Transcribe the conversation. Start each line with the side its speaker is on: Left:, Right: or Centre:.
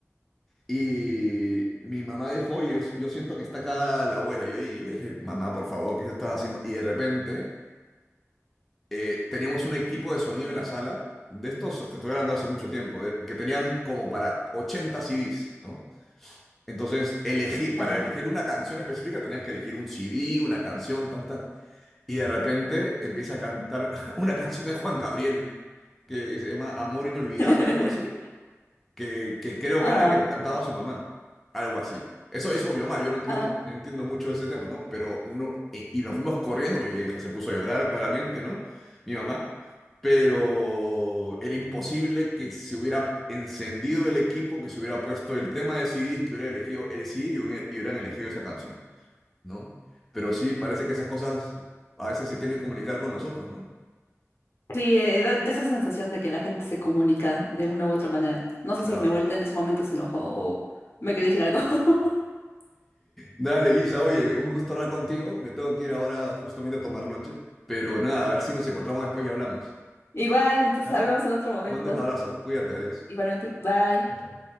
Centre: Y mi mamá dijo, oye, yo, yo siento que está acá la abuela. Yo, y yo le dije, mamá, por favor, ¿qué yo estaba haciendo? Y de repente eh, teníamos un equipo de sonido en la sala, de estos, te estoy hablando hace mucho tiempo, de- que tenían como para 80 CDs, ¿no? Entonces, elegí, para
Left: Ajá.
Centre: elegir una canción específica tenías que elegir un CD, una canción, tan, tan. Y de repente empieza a cantar <laughs> una canción de Juan Gabriel que se llama Amor Inolvidable,
Left: <laughs>
Centre: algo así que, que creo
Left: Ah,
Centre: que era la que le cantaba a su mamá, algo así. Eso hizo mi mamá, yo no, yo
Left: ah.
Centre: no entiendo mucho de ese tema, ¿no? Pero no, y, y nos fuimos corriendo, mi vieja se puso a llorar claramente, ¿no? Mi mamá, pero era imposible que se hubiera encendido el equipo, que se hubiera puesto el tema de CDs, que hubiera elegido el CD y, hubiera- y hubieran elegido esa canción, ¿no? Pero sí, parece que esas cosas a veces se quieren comunicar con nosotros, ¿no?
Left: Sí, eh, da, da esa sensación de que la gente se comunica de una u otra manera. No sé
Centre: Claro.
Left: si mi abuelita en ese momento se enojó o me quería decir algo. <laughs>
Centre: Dale, Elisa, oye, un gusto hablar contigo. Me tengo que ir ahora justamente a tomar lonche. Pero nada, a ver si nos encontramos después y hablamos.
Left: Igual, entonces
Centre: ¿Ah?
Left: hablamos en otro momento.
Centre: Te mando un abrazo. Cuídate, adiós.
Left: Igualmente, bye.
Centre: Chao, chao.